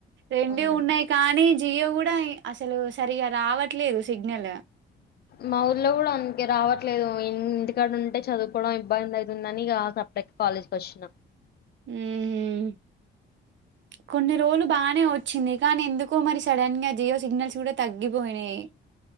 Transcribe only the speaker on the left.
అవును
మా ఊర్లో గూడా అందుకే రావట్లేదు ఇంగ్ ఇంటికాడ ఉంటే చదువుకోవడం ఇబ్బంది అయోతుందని సపరేట్ కాలేజీకి వచ్చినాం